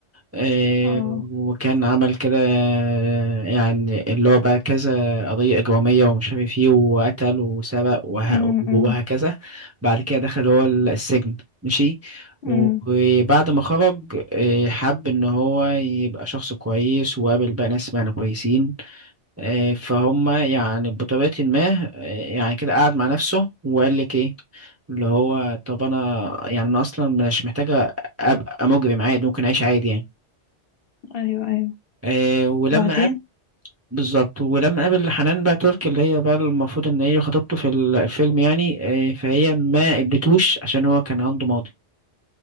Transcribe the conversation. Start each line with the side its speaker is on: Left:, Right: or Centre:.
Right: آه،
Left: اه
Right: وكان عمل كده آه، يعني اللي هو بقى كذا قضية إجرامية ومش عارف ايه وقتل وسرق وه-
Left: امم
Right: وهكذا بعد كده دخل هو السجن ماشي
Left: امم
Right: وبعد ما خرج آه، حب إن هو يبقى شخص كويس وقابل بقى ناس يعني كويسين آه، فهم يعني بطريقة ما آه، يعني كده قعد مع نفسه وقال لك ايه اللي هو طب أنا يعني أنا أصلا مش محتاجة أبقى مجرم عادي ممكن أعيش عادي يعني
Left: ايوه ايوه
Right: آه ولما
Left: بعدين
Right: قاب بالظبط ولما قابل حنان بقى ترك اللي هي بقى المفروض ان هي خطيبته في الفيلم يعني آه فهي ما قبلتوش عشان هو كان عنده ماضي